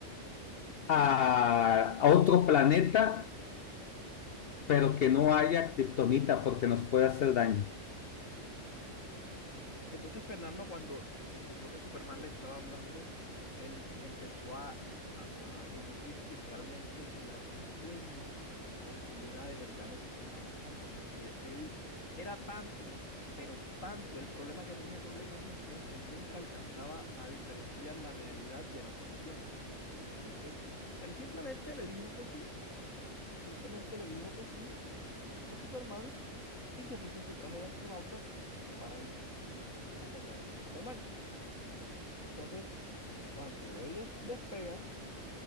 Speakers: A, on the left (about 55°); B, on the left (about 80°).
A: a, a otro planeta, pero que no haya kriptonita porque nos puede hacer daño.
B: Entonces Fernando cuando escuchó que Superman le estaba hablando, él empezó a, a- a deducir si realmente era un sueño o si era de verdad lo que estaba pasando, porque él era tanto, pero tanto el problema que tenía con la imaginación que nunca alcanzaba a diferenciar la realidad de la ficción. Entonces, él simplemente le dijo que sí, él simplemente le dijo que sí a Superman y se puso su traje de astronauta para ir a acompañar a Superman. Entonces, cuando ellos despegan,